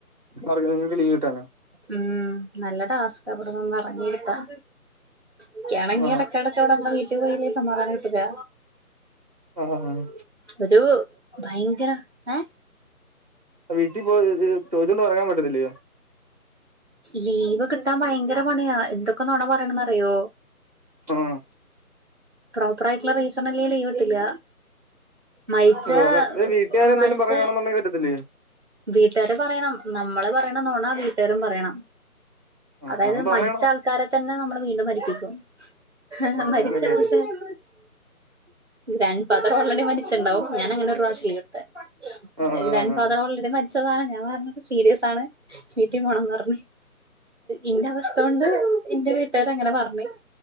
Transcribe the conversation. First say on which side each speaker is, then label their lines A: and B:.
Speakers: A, on the right (about 25°); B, on the right (about 50°).
A: ആർക് നിങ്ങക്ക് ലീവ് കിട്ടാനോ
B: ഉം നല്ല ടാസ്ക് ഇവിടന്ന് ഒന്ന് ഇറങ്ങി കിട്ടാൻ ഇക്ക്യാനെങ്കിൽ
A: ആ
B: ഇടക്കടക്കവിടെന്ന വീട്ട പോയിലേ സമാധാനം കിട്ടില്ല
A: ആഹ്
B: ഒരു ഭയങ്കര ഏ
A: വീട്ടിൽ പോയി ചോദിച്ചോണ്ട് എറങ്ങൻ പറ്റത്തില്ലോ
B: ലീവ് കിട്ടാൻ ഭയങ്കര പണിയാ എന്തൊക്കെ നോണ പറയണന്ന്റിയോ
A: ആഹ
B: പ്രോപ്പർ ആയിട്ടുള്ള റീസൺ ഇല്ലേല് ലീവ് കിട്ടില്ല മരിച്ച
A: ഓ അത്
B: ഉപ്പ
A: വീട്ടുകാര് എന്തേലും
B: മരിച്ച
A: പറയുവാണെന്നുണ്ടെങ്കി പറ്റത്തില്ലയോ
B: വീട്ടുകാര് പറയണം നമ്മള് പറയണനൊണ വീട്ടുകാരും പറയണം
A: ആ
B: അതായത്
A: അതാവുമ്പോ
B: മരിച്ച
A: പറയണം
B: ആൾക്കാരെ തന്നെ നമ്മള് വീണ്ടും മരിപ്പിക്കും ആ
A: ഓ
B: മരിച്ചആൾക്കാരെ
A: അങ്ങനൊക്കെയല്ലേ
B: ഗ്രാൻഡ് ഫാദർ ഓൾറെഡി മരിച്ചിണ്ടാവും ഞാൻ അങ്ങനെ ഒരു പ്രാവശ്യം ലീവ് എടുത്തേ
A: ആ ആ
B: ഗ്രാൻഡ്
A: ആ
B: ഫാദർ ആൾറെഡി മരിച്ചതാണ് ഞാൻ പറഞ്ഞത് സീരിയസ് ആണ് വീട്ടിപോണംന്ന് പറഞ്ഞ ഇന്റെ അവസ്ഥ കൊണ്ട് ഇന്റെ വീട്ടുകാര് അങ്ങനെ പറഞ്ഞ്